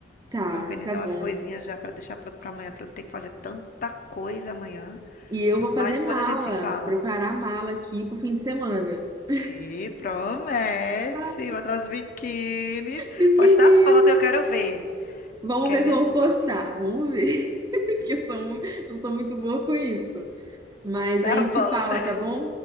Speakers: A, on the right; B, on the left.
A: Tá,
B: organizar
A: tá bom.
B: umas coisinhas já pra deixar pronto pra amanhã, pra não ter que fazer tanta coisa amanhã.
A: E eu vou
B: Mas
A: fazer
B: depois
A: mala,
B: a gente se fala.
A: preparar mala aqui pro fim de semana. <laughs>
B: E promete,
A: Ah,
B: botar os biquínis,
A: biquininho.
B: postar foto, eu quero ver.
A: Vamos
B: Quero
A: ver se
B: ver
A: eu
B: as
A: vou postar.
B: fotos.
A: Vamos ver. porque eu sou, mu- eu sou muito boa com isso. Mas
B: Tá
A: a gente
B: bom,
A: se fala, tá bom?